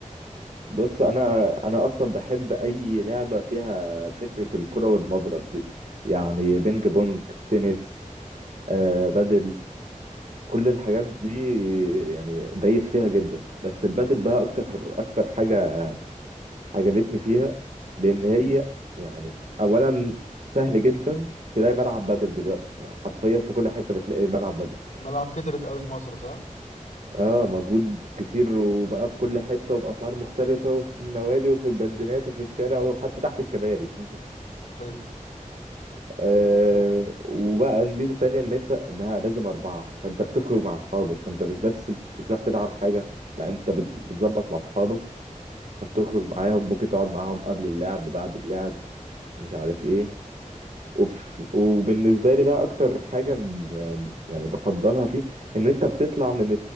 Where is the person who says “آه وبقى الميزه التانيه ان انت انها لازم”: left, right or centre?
Right